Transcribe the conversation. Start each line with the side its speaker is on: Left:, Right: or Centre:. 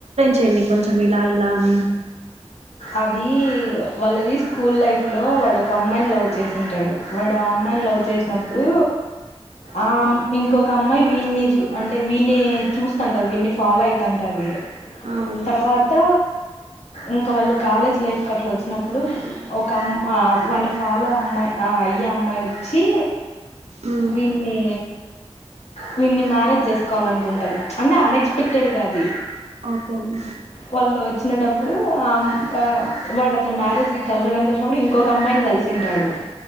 Right: చెండి కొంచెం ఇలా ఇలా అని
Left: అది వాళ్ళది స్కూల్ లైఫ్ లో వాడు ఒక అమ్మాయిని లావ్ చేసాడాడు వాడు ఆ అమ్మాయిని లవ్ చేసినప్పుడు ఆ అమ్ ఇంకొక అమ్మాయి వీన్ని చూ అంటే వీన్ని చూస్తాంటది వీన్ని ఫాలో అయితంటది
Right: అవును
Left: తర్వాత ఇంక వాళ్ళు కాలేజ్ లైఫ్కి అట్లా వచ్చినప్పుడు ఒక అమ్ వాని ఫాలో అమ్మాయి అయ్యే అమ్మాయి వచ్చి
Right: మ్మ్
Left: విన్నీ వీన్ని మ్యారేజ్ చేసుకోవాలనుకుంటన్న అన్ అన్ఎక్స్పెక్టెడ్గాది
Right: ఓకే అండి
Left: వాళ్ళు వచ్ తినేటప్పుడు ఆమ్ ఆ వాడు అట్లా మ్యారేజ్కి కలిసడానికి వచ్చినప్పుడు ఇంకొక అమ్మాయిని కలిసుంటాడు